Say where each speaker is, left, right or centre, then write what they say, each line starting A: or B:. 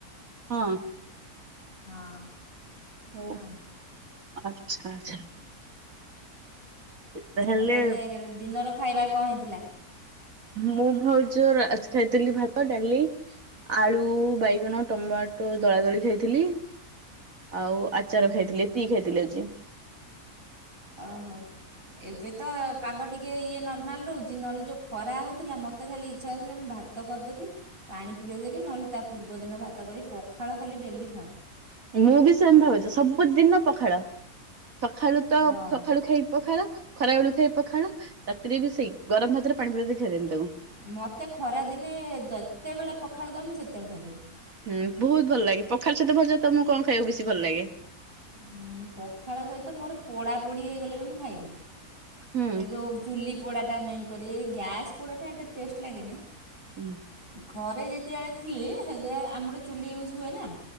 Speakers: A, on the right; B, on the right.
A: ହଁ।
B: ହଁ। ପୁରା
A: ହଉ
B: ଆଉ
A: ଆଚ୍ଛା ଆଚ୍ଛା। ତାହେଲେ
B: ଆଉ ଦିନର ଖାଇବା କଣ ହେଇଥିଲା?
A: ମୁଁ ଭାଉଜ ଆଜି ଖାଇଥିଲି ଭାତ, ଡାଲି, ଆଳୁ, ବାଇଗଣ ଟମାଟୋ ଟମାଟୋ ଦଳା ଦଳି ଖାଇଥିଲି ଆଉ ଆଚାର
B: ହୁଁ
A: ଖାଇଥିଲି
B: ହୁଁ।
A: ଏତିକି ଖାଇଥିଲି ଆଜି।
B: ଓ ହୋ ଏବେ ତ ପାଗ ଟିକେ ଟିକେ ଇଏ ନର୍ମାଲ ରହୁଛି ନହେଲେ ଯାଉ ଖରା ହଉଥିଲା ମୋତେ ଖାଲି ଇଚ୍ଛା ହଉଥିଲା ମୁଁ ଭାତ କରିଦେବି ପାଣି ପୁରେଇ ଦେବି ନହେଲେ ତା ପୂର୍ବ ଦିନ ଭାତ କରି ପଖାଳ ଖାଲି ଡେଲି ଖାଉ।
A: ମୁଁ ବି ସେମିତି ଭାବୁଛି ସବୁଦିନ ପଖାଳ ସଖାଳୁ ତ
B: ହଁ
A: ସକାଳୁ ଖାଇବି ପଖାଳ ଖରାବେଳୁକୁ ଖାଇବି ପଖାଳ ରାତିରେ ବି ସେଇ ଗରମ ଭାତରେ ପାଣି ପୁରେଇ ଦେଇ ଖାଇଦେବି ତାକୁ।
B: ମତେ ଖରା ଦିନେ ଯେତେବେଳେ ପଖାଳ ଦେବ ମୁଁ ସେତେବେଳେ ଖାଇଦେବି।
A: ହୁଁ ବହୁତ ଭଲ ଲାଗେ ପଖାଳ ସହିତ ଭଜା ତ ମୁଁ କଣ ଖାଇବାକୁ ବେଶୀ ଭଲ ଲାଗେ?
B: ହୁଁ ପଖାଳ ସହିତ ମୋର ପୋଡା ପୋଡି ହେଇଗଲେ ବି ମୁଁ ଖାଇଦିଏ।
A: ହୁଁ
B: ଏ ଯୋଉ ଚୁଲି ପୋଡା ଟା ମେନ୍ କରି ଏଇ ଗ୍ୟାସ ପୋଡାଟା ଏ ଟେଷ୍ଟ୍ ଲାଗେନି
A: ହୁଁ
B: ଘରେ ଯେତେବେଳେ ଥିଲି ସେ ଆମର ଚୁଲି ୟୁଜ୍ ହୁଏ ନା